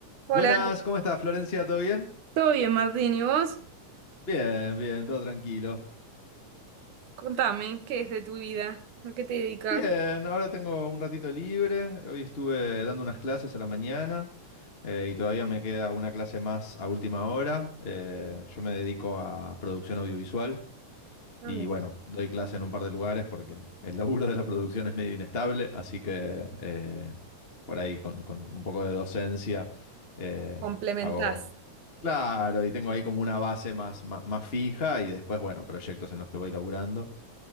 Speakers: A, on the right; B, on the left.
A: Hola,
B: Buenas, ¿cómo estás, Florencia? ¿Todo bien?
A: ¿todo bien, Martín? ¿Y vos?
B: Bien, bien, todo tranquilo.
A: Contame, ¿qué es de tu vida? ¿A qué te dedicas?
B: Bien, ahora tengo un ratito libre. Hoy estuve dando unas clases a la mañana eh, y todavía me queda una clase más a última hora. Eh, yo me dedico a producción audiovisual.
A: Ah,
B: Y
A: mira.
B: bueno, doy clase en un par de lugares porque el laburo de la producción es medio inestable, así que eh, por ahí con, con un poco de docencia eh,
A: Complementás.
B: hago... Claro, y tengo ahí como una base más, más, más fija y después, bueno, proyectos en los que voy laburando.